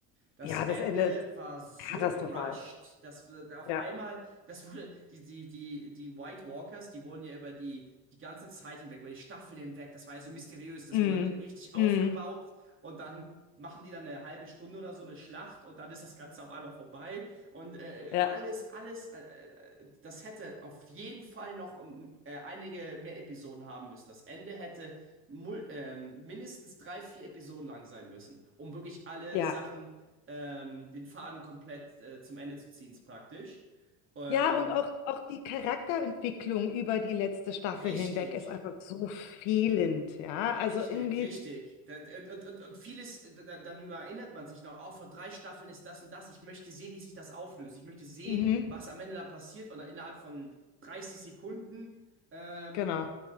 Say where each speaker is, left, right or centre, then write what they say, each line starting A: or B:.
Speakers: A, on the right; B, on the left.
A: Das
B: Ja,
A: Ende
B: das Ende ist
A: war so
B: katastrophal.
A: gerusht, dass wir- auf
B: Ja,
A: einmal, das wurde, die, die, die, die White Walkers, die wurden ja über die, die ganze Zeit hinweg, über die Staffel hinweg, das war ja so mysteriös, das
B: Mm,
A: wurde ri- richtig aufgebaut
B: mm.
A: und dann machen die dann eine halbe Stunde oder so eine Schlacht und dann ist das Ganze auf einmal vorbei und äh,
B: ja,
A: alles, alles, äh, äh, das hätte auf jeden Fall noch ähm, äh, einige mehr Episoden haben müssen. Das Ende hätte mul- ähm, mindestens drei, vier Episoden lang sein müssen, um wirklich alle
B: ja.
A: Sachen ähm, den Faden komplett äh, zum Ende zu ziehen, ist praktisch. Ähm,
B: Ja, und auch, auch die Charakterentwicklung über die letzte Staffel
A: richtig,
B: hinweg ist einfach so fehlend, ja. Also
A: richtig,
B: irgendwie,
A: richtig. Da- Und, und, und und vieles, da- dann erinnert man sich noch, oh, vor drei Staffeln ist das und das. Ich möchte sehen, wie sich das auflöst. Ich möchte sehen,
B: mhm,
A: was am Ende da passiert. Und innerhalb von 30 Sekunden, ähm,
B: genau.